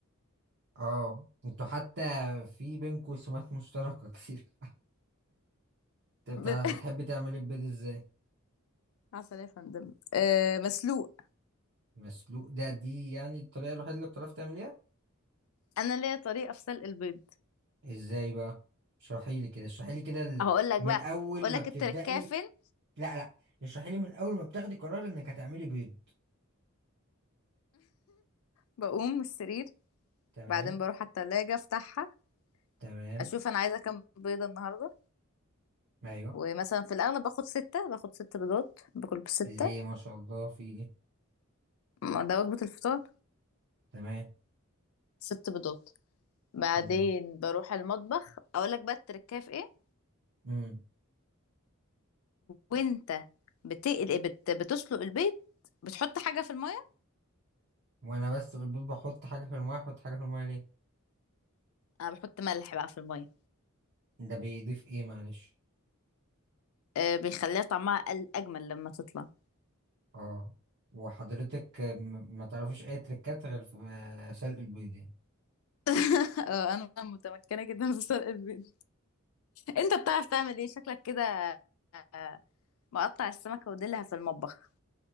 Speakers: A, on the right; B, on the left.
A: اه انتوا حتى في بينكوا سمات مشتركه كتير <laughs>
B: <laughs>
A: انت بتاع...
B: ب-
A: بتحبي تعملي البيض ازاي
B: عسل يا فندم أه مسلوق
A: مسلوق ده دي يعني الطريقه الوحيده اللي بتعرفي تعمليها
B: انا ليا طريقه في سلق البيض
A: ازاي بقى اشرحي لي كده اشرحي لي كده ال...
B: هقول لك
A: من
B: بقى
A: اول
B: اقول
A: ما
B: لك
A: بتبدأي
B: التركايه فين
A: لا لا اشرحي لي من اول ما بتاخدي قرار انك هتعملي بيض
B: بقوم من السرير
A: تمام
B: بعدين بروح على التلاجة افتحها
A: تمام
B: اشوف انا عايزه كام بيضه النهارده
A: ايوه
B: ومثلا في الاغلب باخد ستة باخد ست بيضات باكل بستة
A: ليه ما شاء الله في ايه
B: ما ده وجبه الفطار
A: تمام
B: ست بيضات بعدين
A: تمام
B: بروح المطبخ اقول لك بقى التركايه في ايه
A: امم
B: وانت بتقل بت... بتسلق البيض بتحط حاجه في الميه
A: وانا بس البيض بحط حاجه في المايه احط حاجه في المايه ليه
B: انا بحط ملح بقى في الميه
A: ده بيضيف ايه معلش
B: أه بيخليها طعمها أقل- اجمل لما تطلع
A: اه وحضرتك م- ما تعرفيش اي تريكات غير في آه، سلق البيض يعني
B: <laughs> اه انا متمكنه جدا في سلق البيض انت بتعرف تعمل ايه شكلك كده آه، مقطع السمكه وديلها في المطبخ